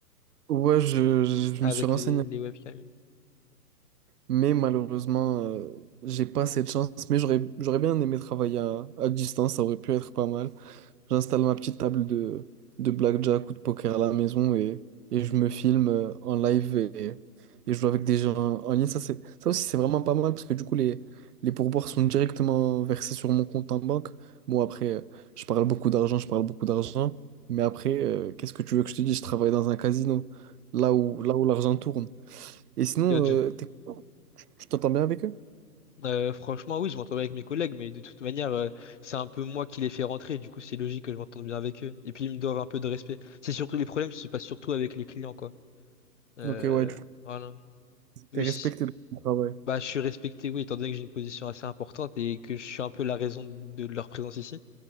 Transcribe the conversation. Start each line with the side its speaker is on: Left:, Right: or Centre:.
Right: Ouais, je, je
Left: avec
Right: me suis renseigné.
Left: les, les webcams.
Right: Mais malheureusement, euh, j'ai pas cette chance. Mais j'aurais, j'aurais bien aimé travailler à, à distance, ça aurait pu être pas mal. J'installe ma petite table de, de blackjack ou de poker à la maison et, et je me filme euh, en live et, et je joue avec des gens en ligne. Ça, c'est, ça aussi, c'est vraiment pas mal parce que du coup, les, les pourboires sont directement versés sur mon compte en banque. Bon, après, euh, je parle beaucoup d'argent, je parle beaucoup d'argent. Mais après, euh, qu'est-ce que tu veux que je te dise? Je travaille dans un casino, là où, là où l'argent tourne. Et sinon,
Left: Dodge.
Right: euh, t'es- tu t'entends bien avec eux?
Left: Euh, franchement, oui, je m'entends bien avec mes collègues, mais de toute manière, euh, c'est un peu moi qui les fais rentrer, du coup, c'est logique que je m'entende bien avec eux. Et puis, ils me doivent un peu de respect. C'est surtout les problèmes se passent surtout avec les clients, quoi. Euh,
Right: Ok, ouais, tu
Left: voilà. Mais
Right: es
Left: si-
Right: respecté dans ton travail.
Left: bah, je suis respecté, oui, étant donné que j'ai une position assez importante et que je suis un peu la raison de leur présence ici.